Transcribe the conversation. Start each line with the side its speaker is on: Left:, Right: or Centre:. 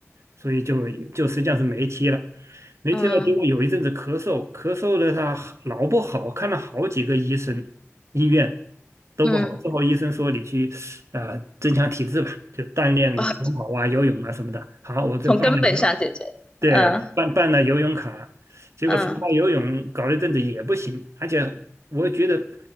Right: 所以就就实际上是没踢了，没踢了。
Left: 嗯
Right: 结果有一阵子咳嗽，咳嗽的他老不好，看了好几个医生、医院都不好。
Left: 嗯
Right: 最后医生说你去呃增强体质吧，就锻炼长跑啊、
Left: 啊，
Right: 游泳啊什么的。好，我这办了，
Left: 从根本上解决，
Right: 对，
Left: 嗯
Right: 办办了游泳卡，结果长跑游泳搞了一阵子也不行，
Left: 嗯
Right: 而且我觉得。